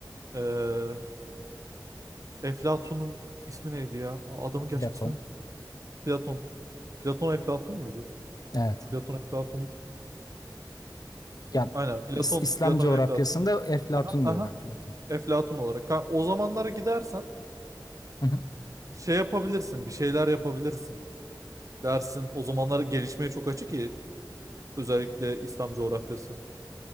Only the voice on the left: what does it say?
Platon.
Evet.
Ya
İs- İslam
coğrafyasında
Eflatun
diyorlar Platon.
Hı hı.